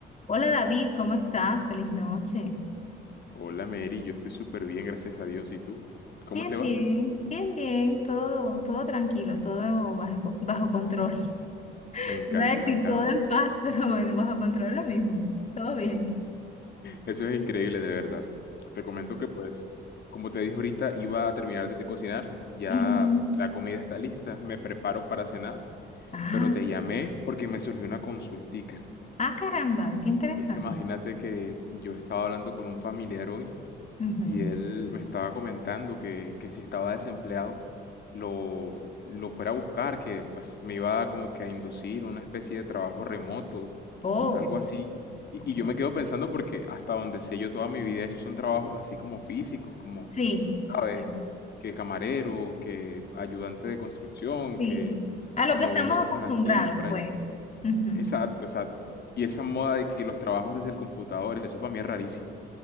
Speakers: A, on the left; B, on the left.
A: Hola David, ¿cómo estás? Feliz noche.
B: Hola Mary, yo estoy súper bien, gracias a Dios. ¿Y tú? ¿Cómo
A: Bien,
B: te va?
A: bien, bien, bien, todo, todo tranquilo, todo bajo, bajo control. <laughs>
B: Me encanta,
A: Iba a decir
B: me encanta.
A: todo en paz, <laughs> pero bueno, bajo control es lo mismo. Todo bien.
B: Eso es increíble, de verdad. Te comento que pues, como te dije ahorita, iba a terminar de cocinar, ya
A: Ujú.
B: la comida está lista, me preparo para cenar,
A: Ah,
B: pero te llamé porque me surgió una consultica.
A: ah, caramba, qué interesante.
B: Y es que imagínate que yo estaba hablando con un familiar hoy
A: Ujú.
B: Y él me estaba comentando que, que si estaba desempleado, lo, lo fuera a buscar, que pues me iba como que a inducir una especie de trabajo remoto,
A: Oh,
B: algo así. Y,
A: ok.
B: y yo me quedo pensando porque hasta donde sé yo toda mi vida he hecho son trabajos así como físicos, como,
A: Sí,
B: ¿sabes?
A: sí,
B: Que camarero, que ayudante de construcción,
A: sí.
B: que,
A: A lo
B: que
A: que
B: moviendo
A: estamos
B: cosas
A: acostumbrados,
B: aquí para
A: pues.
B: allá.
A: Ujú.
B: Exacto, exacto. Y esa moda de que los trabajos desde el computador, eso para mí es rarísimo.